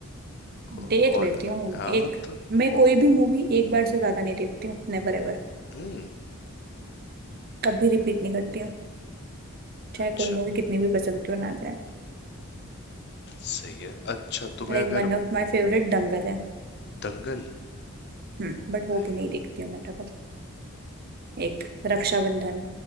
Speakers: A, on the left (about 50°); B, on the right (about 45°).
A: कौ,
B: देख
A: कौ,
B: लेती हूँ
A: हाँ
B: एक
A: तो
B: मैं
A: कौ,
B: कोई भी मूवी एक बार से ज्यादा नहीं देखती हूँ नेवर एवर
A: हम्म
B: कभी रिपीट नहीं करती हूँ चाहे
A: अच्छा
B: कोई मूवी कितनी भी पसंद क्यों ना आ जाए
A: सही है अच्छा तुम्हें
B: Like
A: अगर
B: one of my favourite Dangal है
A: दंगल
B: हम्म बट वो
A: नहीं
B: भी नहीं देखती हूँ मैं तब एक रक्षाबंधन